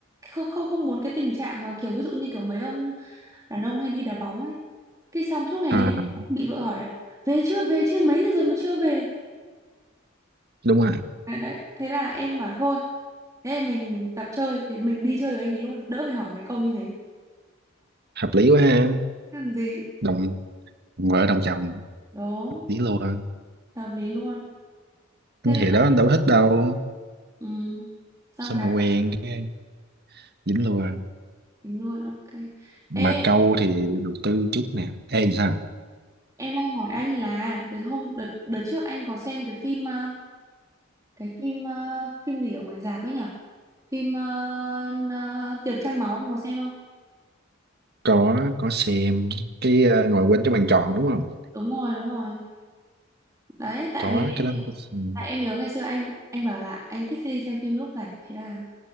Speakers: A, on the right; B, on the right.
A: không không không muốn cái tình trạng mà kiểu ví dụ như kiểu mấy ông đàn ông hay đi đá bóng ấy cái xong suốt ngày
B: à
A: đi đánh bóng, bị vợ hỏi là về chưa về chưa mấy giờ rồi mà chưa về
B: đúng rồi
A: đấy, đấy. thế là em bảo thôi thế thì mình tập chơi thì mình đi chơi với anh ấy luôn đỡ phải hỏi mấy câu như thế
B: hợp lý quá ha
A: Thế làm gì
B: đồng vợ đồng chồng
A: đúng
B: lý luôn anh,
A: hợp lý luôn thế
B: anh thì đó anh đâu thích đâu
A: ừ. xong
B: xong
A: cái
B: mà quen
A: là
B: cái dính luôn
A: tính luôn ok
B: mà
A: ê
B: câu thì đầu tư chút nè ê sao
A: em đang hỏi anh là đợt hôm đợt đợt trước anh có xem cái phim ờ, cái phim ờ, phim gì ở ngoài rạp ấy nhở phim ờ, n- ờ, tiệc trăng máu anh có xem không
B: có có xem cái ờ, ngồi quên cái bàn tròn đúng không
A: đúng rồi đúng rồi đấy tại
B: có
A: vì em
B: cái
A: nhớ-
B: đó ừ, có xem.
A: tại em nhớ ngày xưa anh anh bảo là anh thích đi xem phim lúc rảnh thế là